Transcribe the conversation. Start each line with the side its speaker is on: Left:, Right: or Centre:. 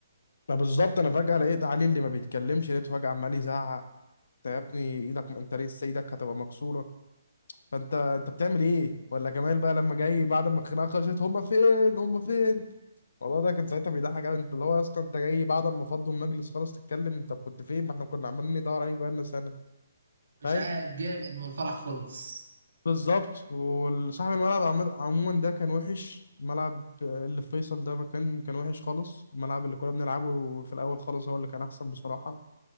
Left: ما بالظبط انا فجأة لقيت علي اللي ما بيتكلمش لقيته فجأة عمال يزعق انت يا ابني ايدك انت لسه ايدك هتبقى مكسورة فانت انت بتعمل ايه ولا جمال بقى لما جاي بعد ما الخناقة خلصت هما فين هما فين والله ده كان ساعتها بيضحك قوي انت اللي هو اصلا انت جاي بعد ما فضوا المجلس خلاص تتكلم طب كنت فين ما احنا كنا عمالين ندور عليك بقالنا سنه
Right: مش
Left: فاهم
Right: عارف جاب قبل ما الفرح خلص
Left: بالظبط وصاحب الملعب عم- عموما ده كان وحش الملعب اللي في فيصل ده مكان كان وحش خالص الملعب اللي كنا بنلعبه في الاول خالص هو اللي كان احسن بصراحه